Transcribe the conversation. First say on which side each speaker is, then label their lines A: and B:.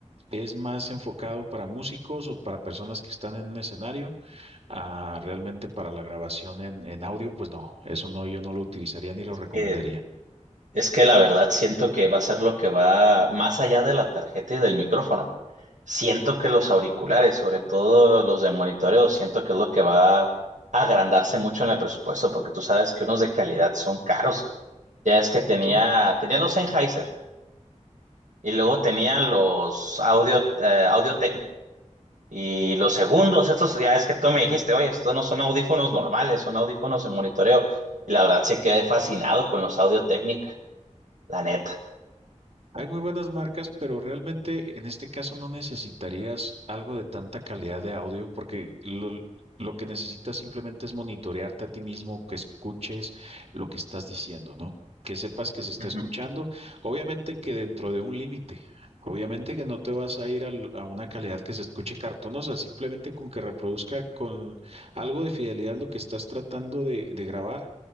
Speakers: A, on the right (about 55°); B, on the right (about 85°).
A: ¿Es más enfocado para músicos o para personas que están en un escenario? Ah, realmente para la grabación en, en audio, pues no, eso no, yo no lo utilizaría ni lo recomendaría.
B: Eh, es que la verdad siento que va a ser lo que va más allá de la tarjeta y del micrófono. Siento que los auriculares, sobre todo los de monitoreo, siento que es lo que va a agrandarse mucho en el presupuesto, porque tú sabes que unos de calidad son caros. Ya es que tenía,
A: Son
B: tenía los Sennheiser y luego tenía los Audio, eh, Audio Y los segundos, estos, ya es que tú me dijiste, oye, estos no son audífonos normales, son audífonos de monitoreo. Y la verdad sí quedé fascinado con los Audio Técnica, la neta.
A: Hay muy buenas marcas, pero realmente en este caso no necesitarías algo de tanta calidad de audio porque lo, lo que necesitas simplemente es monitorearte a ti mismo, que escuches lo que estás diciendo, ¿no? Que sepas que se está
B: Ujú.
A: escuchando. Obviamente que dentro de un límite. Obviamente que no te vas a ir al- a una calidad que se escuche cartonosa, simplemente con que reproduzca con algo de fidelidad lo que estás tratando de de grabar